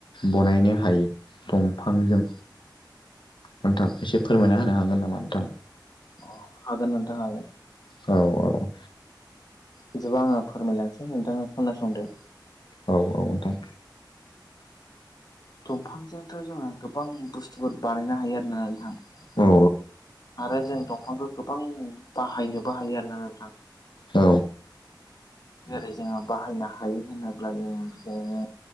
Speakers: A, on the left; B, on the left.
A: बनायनो हायो दंफांजों नोंथां एसे फोरमायना होनो हागोन नामा नोंथाङा
B: अ हागोन नोंथां हागोन
A: औ औ
B: बिदिबा आङो फोरमायलांसै नोंथाङा खोनासंदो
A: औ औ नोंथां
B: दंफांजोंथ' जों गोबां बुस्थुफोर बानायनो हायो आरो ना नोंथां
A: औ
B: आरो जों दंफांखौ गोबां बाहायनोबो हायो आरोना नोंथां
A: औ
B: उम जेरै जोङो बाहायनो हायो होनोब्ला जोङो बिदिनो